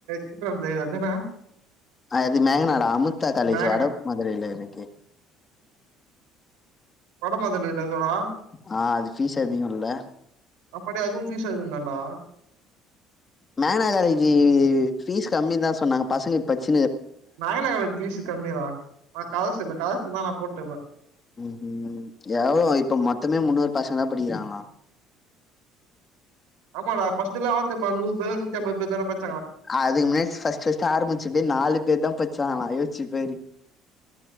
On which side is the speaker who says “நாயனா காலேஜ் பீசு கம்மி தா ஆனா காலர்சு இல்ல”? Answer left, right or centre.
Right